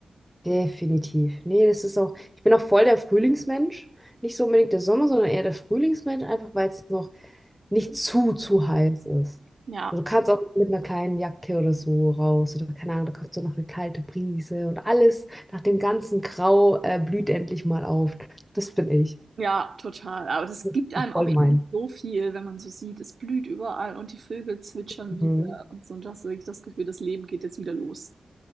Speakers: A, in the centre; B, on the right.
A: Definitiv. Nee, das ist auch, ich bin auch voll der Frühlingsmensch. Nicht so unbedingt der Sommer, sondern eher der Frühlingsmensch, einfach weil es noch nicht zu, zu heiß ist.
B: Ja,
A: Also du kannst auch mit einer kleinen Jacke oder so raus oder keine Ahnung, da kommt so noch eine kalte Brise und alles nach dem ganzen Grau äh, blüht endlich mal auf. Das bin ich.
B: ja, total. Aber das
A: Das
B: gibt einem
A: ist
B: auch
A: voll
B: irgendwie
A: mein.
B: so viel, wenn man so sieht, es blüht überall und die Vögel zwitschern
A: Mhm.
B: wieder und so. Und das ist wirklich das Gefühl, das Leben geht jetzt wieder los.